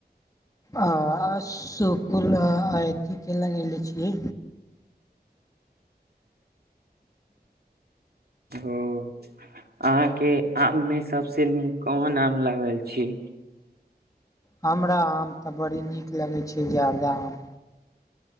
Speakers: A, on the left; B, on the right.
A: आ सुल अथे लगले छियै
B: ओ अहाँके आम मे सबसे नीक कोन आम लागल छी
A: हमरा आम तऽ बड़ी नीक लगै छै जादा आम